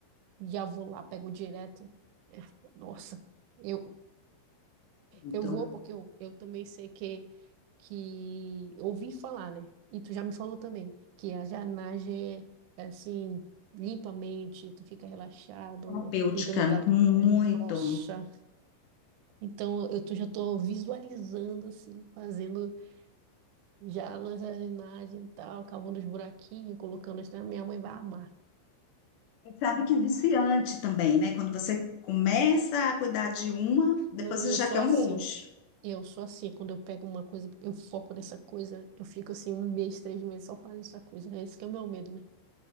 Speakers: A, on the right; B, on the left.
A: já vou lá, pego direto. É, Nossa, eu,
B: Muito
A: eu vou porque eu, eu também sei que, que ouvi falar, né? E tu já me falou também que a jardinagem é é assim, limpa a mente, tu fica relaxado,
B: terapêutica,
A: cuidando da terra.
B: muito.
A: Nossa. Então eu tô- já tô visualizando assim, fazendo já a jardinagem e tal, cavando os buraquinhos, colocando as. Ah, Minha mãe vai amar.
B: Você sabe que é viciante também, né? Quando você começa a cuidar de uma, depois
A: Não, e
B: você
A: eu
B: já
A: sou
B: quer
A: assim.
B: um monte.
A: Eu sou assim. Quando eu pego uma coisa, eu foco nessa coisa, eu fico assim um mês, três meses só fazendo essa coisa. né? Esse que é o meu medo, né?